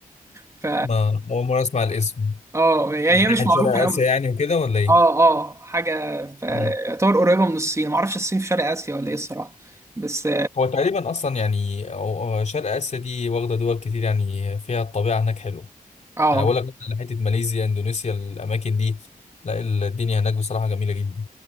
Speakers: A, on the right; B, on the left.
A: ف
B: ما أول مرة أسمع الاسم
A: اه يعني
B: من ناحية
A: هي مش معروفه
B: شرق
A: قوي
B: آسيا يعني وكده ولا إيه؟
A: اه اه حاجة في
B: مم.
A: يعتبر قريبة من الصين معرفش الصين في شرق آسيا ولا ايه الصراحة بس
B: هو تقريبا أصلا يعني أو- آه، شرق آسيا دي واخدة دول كتير يعني فيها الطبيعة هناك حلوة
A: اه
B: يعني اقول لك مثلا على حته ماليزيا اندونيسيا الاماكن دي لا الدنيا هناك بصراحه جميله جدا